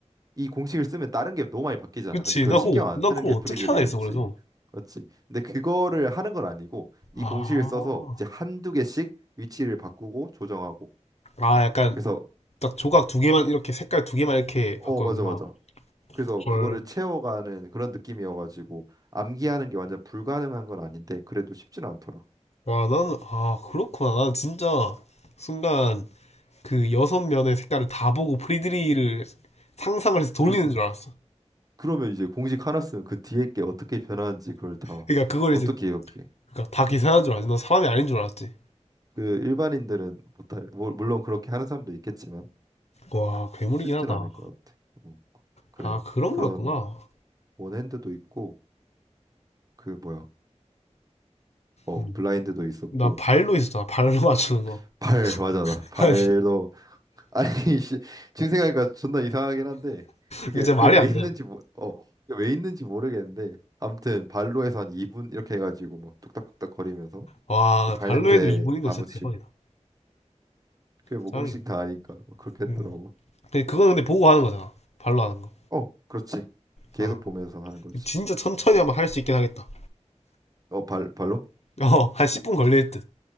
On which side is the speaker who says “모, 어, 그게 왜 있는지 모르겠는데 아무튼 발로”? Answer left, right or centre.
Right